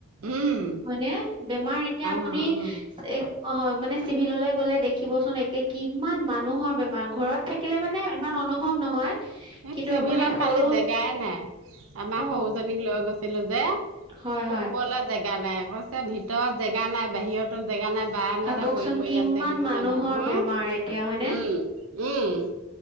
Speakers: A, on the right; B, on the right.
A: উম
B: হ'য়নে? বেমাৰ এতিয়া আপুনি
A: অ' উম
B: এ' অহ, হয় মানে চিভিললে গ'লে দেখিবচোন একে কিমান মানুহৰ বেমাৰ ঘৰত থাকিলে মানে ইমান অনুভৱ নহয়।
A: এ'
B: কিন্তু
A: চিভিলত
B: আপুনি সৰু
A: কালি জেগাই নাই আমা
B: অ
A: সৰুজনীক লৈ গৈছিলো <unintelligible> শুৱলে
B: হয় হয়
A: জেগা নাই কৈছে ভিতৰত জেগা নাই, বাহিৰটো জেগা নাই বাৰান্দাতে
B: ভাবকচোন
A: পৰি- পৰি
B: কিমান
A: আছে কিছুমান
B: মানুহৰ
A: মানুহ।
B: বেমাৰ এতিয়া হয়নে
A: উম-উম।